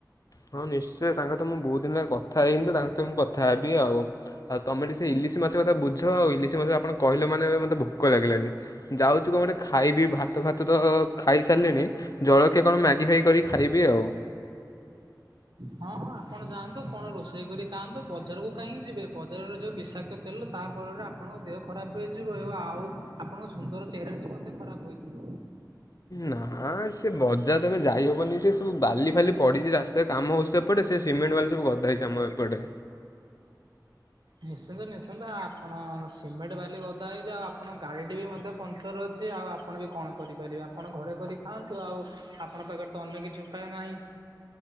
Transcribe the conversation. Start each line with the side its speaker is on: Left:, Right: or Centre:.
Left: ହୋଉ ନିଶ୍ଚୟ ତାଙ୍କ ତ ମୁଁ ବହୁତ ଦିନ ହେଲା କଥା ହେଇିନି ତ ତାଙ୍କ ସହିତ ମୁଁ କଥା ହେବି ଆଉ। ଆଉ ତମେ ଟି ସେ ଇଲିଶି ମାଛ କଥା ବୁଝ ଆଉ ଇଲିଶି ମାଛ ଆପଣ କହିଲେ ମାନେ ମତେ ଭୋକ ଲାଗିଲାଣି। ଯାଉଛୁ କଁ ଗୋଟେ ଖାଇବି ଭା ତ ଭାତ ତ ଖାଇସାରିଲିଣି ଜଳଖିଆ କଣ ମ୍ୟାଗି ଫ୍ୟାଗି କରିକି ଖାଇବି ଆଉ।
Right: ହଁ ହଁ ଆପଣ ଯାଆନ୍ତୁ କଣ ରୋଷେଇ କରି ଖାଆନ୍ତୁ। ବଜାରୁକୁ କାହିଁକି ଯିବେ ବ ଜାରରେ ଯଉ ବିଷାକ୍ତ ତେଲ ତା ଫଳରେ ଆପଣଙ୍କ ଦେହ ଖରାପ ହେଇଯିବ ଏବ ଆଉ ଆପଣ ସୁନ୍ଦର ଚେହେରାଟି ମଧ୍ୟ ଖରାପ ହୋଇଇଯିବ।
Left: ନାଁ ସେ ବଜାର ତ ଏବେ ଯାଇ ହବନି ସେ ସବୁ ବାଲି ଫାଲି ପଡ଼ିଚି ରାସ୍ତାରେ କାମ ହଉ ତ ଏପଟେ ସେ ସିମେଣ୍ଟ୍ ବାଲି ସବୁ ଗଦା ହେଇଚି ଆମ ଏପଟେ।
Right: ନିଶ୍ଚିନ୍ତ ନିଶ୍ଚିନ୍ତ ଆପଣ ସିମେଟ୍ ବାଲି ଗଦା ହେଇଯାଉ ଆପଣ ଗାଡ଼ିଟି ବି ମଧ୍ୟ ପଙ୍କଚର୍ ଅଛି ଆଉ ଆ ଆପଣବି କଣ କରିପାରିବେ ଆପଣ ଘରେ କରି ଖାଆନ୍ତୁ ଆଉ ଆପଣ ପାଖରେତ ଅନ୍ୟ କିଛି ଉପାୟ ନାହିଁ।